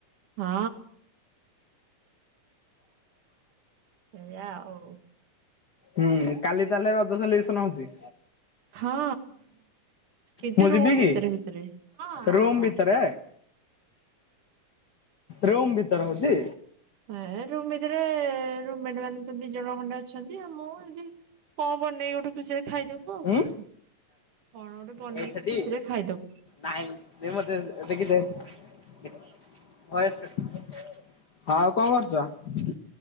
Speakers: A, on the right; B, on the left.
A: ହଁ। ସେୟା ଆଉ
B: ହୁଁ କାଲି ତାହାଲେ ରଜ ସେଲିବେସନ ହୋଉଚି।
A: ହଁ କିନ୍ତୁ
B: ମୁଁ ଯିବି
A: ରୁମ
B: କି
A: ଭିତରେ ଭିତରେ ହଁ
B: ରୁମ୍
A: ଆଉ
B: ଭିତରେ?
A: ଆ
B: ରୁମ୍ ଭିତରେ ହଉଚି?
A: ହେ ରୁମ ଭିତରେ ରୁମ ମେଟ ମାନେ ତ ଦି ଜଣ ଖଣ୍ଡେ ଅଛନ୍ତି ଆ ମୁଁ ଏମତି କଣ ବନେଇକି ଗୋଟେ ଖୁସିରେ ଖାଇଦବୁ ଆଉ
B: ଉଁ।
A: କଣ କଣ ଗୋଟେ ବନେଇକି
B: ଏ ସେଠି
A: ଖୁସିରେ ଖାଇଦବୁ
B: ନାଇଁ ଦେ ମତେ ଦେଖି ଦେ ଭଏସ ହଁ ଆଉ କଣ କରୁଚ?